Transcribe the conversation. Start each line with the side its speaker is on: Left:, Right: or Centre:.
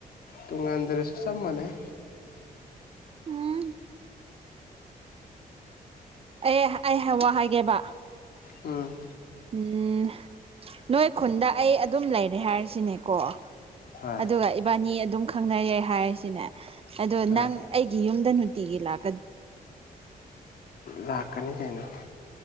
Left: ꯇꯨꯡꯉꯥꯟꯖꯔꯁꯨ ꯆꯞ ꯃꯥꯟꯅꯩ
Right: ꯎꯝ ꯑꯦ ꯑꯩ ꯍꯥꯏ ꯋꯥ ꯍꯥꯏꯒꯦꯕ
Left: ꯎꯝ
Right: ꯎꯝ ꯅꯣꯏ ꯈꯨꯟꯗ ꯑꯩ ꯑꯗꯨꯝ ꯂꯩꯔꯦ ꯍꯥꯏꯔꯤꯁꯤꯅꯦꯀꯣ
Left: ꯍꯣꯏ
Right: ꯑꯗꯨꯒ ꯏꯕꯥꯅꯤ ꯑꯗꯨꯝ ꯈꯪꯅꯔꯦ ꯍꯥꯏꯔꯤꯁꯤꯅꯦ ꯑꯗꯣ
Left: ꯍꯣꯏ
Right: ꯅꯪ ꯑꯩꯒꯤ ꯌꯨꯝꯗ ꯅꯨꯡꯇꯤꯒꯤ ꯂꯥꯛꯄ
Left: ꯂꯥꯛꯀꯅꯤ ꯀꯩꯅꯣ